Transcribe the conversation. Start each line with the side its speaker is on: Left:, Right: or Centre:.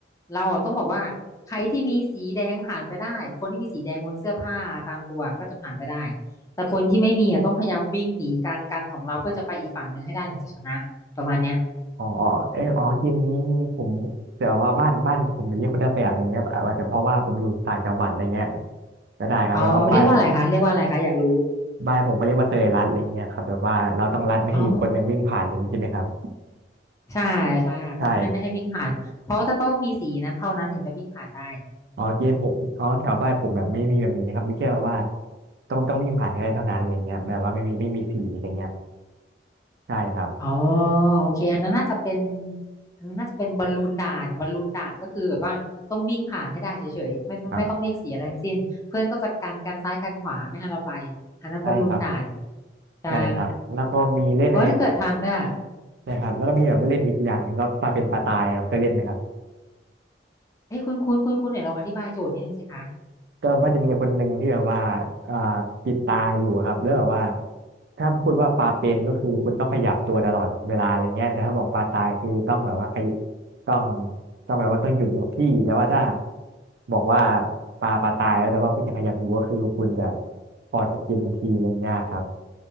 Left: เราอะต้องบอกว่าใครที่มีสีแดงผ่านไปได้คนที่มีสีแดงบนเสื้อผ้าตามตัวก็จะผ่านไปได้แต่คนที่ไม่มีอะต้องพยายามวิ่งหนีการกันของเราเพื่อจะไปอีกฝั่งหนึ่งให้ได้ถึงจะชนะประมาณเนี้ย
Right: อ๋อเอออ๋อเกมนี้ผมแต่ว่าบ้านบ้านผมจะเรียกคนละแบบอย่างเงี้ยอาจจะเพราะว่าผมอยู่ต่างจังหวัดอะไรเงี้ยก็ได้ครับแปลอว่าบ้าเขานผม่า
Left: อ๋อเรียกว่าอะไรคะเรียกว่าอะไรคะอยากรู้
Right: บ้านผมเขาเรียกว่าเตยรัดอะไรเงี้ยครับแบบว่าเราต้องรัดไม่ให้อยู่คนหนึ่งวิ่งผ่านอะไรอย่างงี้ใช่ไหมครับ
Left: อ๋อ ใช่ใช่ค่ะต้องให้ไม่ให้วิ่งผ่านเพราะจะต้องมีสีนั้นเท่านั้นถึงจะวิ่งผ่านได้
Right: ใช่อ๋อเกมผมอ๋อแถวบ้านผมแบบไม่มีแบบนี้ครับมีแค่ว่าต้องต้องวิ่งผ่านให้ได้เท่านั้นอะไรเงี้ยแบบว่าไม่มีไม่มีสีอะไรเงี้ยใช่ครับ
Left: อ๋อโอเคอันนั้นน่าจะเป็นอันนั้นน่าจะเป็นบอลลูนด่านบอลลูนด่านก็คือแบบว่าต้องวิ่งผ่านให้ได้เฉยๆไม่ไม่ต้องเรียกเสียอะไรทั้งสิ้นเพื่อนก็จะกันกันซ้ายกันขวาไม่ให้เราไปอันนั้นบอลลูนด่าน
Right: ครับใช่ครับ
Left: ใช่
Right: ใช่ครับแล้วก็มีเล่นอะไร
Left: เออถ้าเกิดทันเนี่ย
Right: ใช่ครับแล้วก็มีแบบเล่นอีกอย่างหนึงก็ปลาเป็นปลาตายครับเคยเล่นไหมครับ
Left: เอ้ยคุณคุณคุณคุณเนี่ยลองอธิบายโจทย์นิดนึงสิคะ
Right: ก็มันจะมีคนหนึ่งที่แบบว่าอ่าปิดตาอยู่ครับแล้วแบบว่า ถ้าพูดว่าปลาเป็นก็คือคุณต้องขยับตัวตลอดเวลาอะไรเงี้ยแต่ถ้าบอกปลาตายคือต้องแบบว่าขยต้องต้องแบบว่าต้องหยุดอยู่กับที่ แต่ว่าถ้าบอกว่าปลาปลาตายแล้วแต่ว่าคุณยังขยับอยู่ก็คือคุณจะออกจากเกมทันทีอะไรเงี้ยครับ